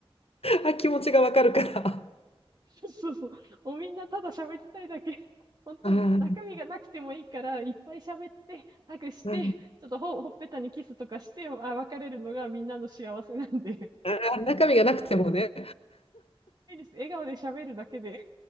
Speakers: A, on the left; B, on the right.
A: あ、気持ちがわかるから。あ
B: <laughs> そうそう。もうみんなただ喋りたいだけ。<laughs> 本当、
A: あ。
B: 中身がなくてもいいから、いっぱい喋って、ハグして、
A: はい
B: ちょっとほ、ほっぺたにキスとかして、あ、別れるのがみんなの幸せなんで。
A: あー中身がなくてもね。
B: <laughs> いいです。笑顔で喋るだけで